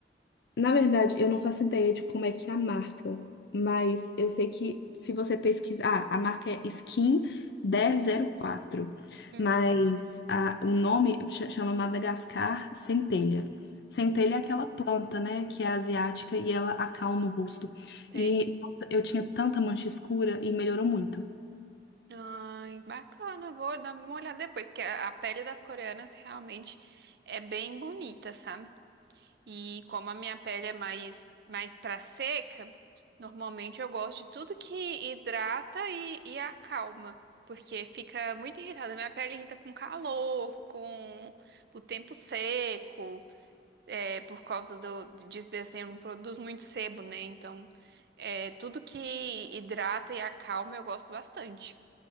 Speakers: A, on the left; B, on the right.
A: Na verdade, eu não faço ideia de como é que é a marca, mas eu sei que se você pesquisar, ah, a marca é Skin 1004,
B: Hum,
A: mas a- o nome ch- chama Madagascar Centelha. Centelha é aquela planta, né, que é asiática e ela acalma o rosto.
B: sei.
A: E nossa, eu tinha tanta mancha escura e melhorou muito.
B: Ai, bacana, vou dar uma olhada depois, porque a a pele das coreanas realmente é bem bonita, sabe? E como a minha pele é mais, mais pra seca, normalmente eu gosto de tudo que hidrata e, e acalma, porque fica muito irritada. Minha pele irrita com calor, com o tempo seco, é, por causa do, disso, desse, eu não produzo muito sebo, né? Então, é, tudo que hidrata e acalma eu gosto bastante.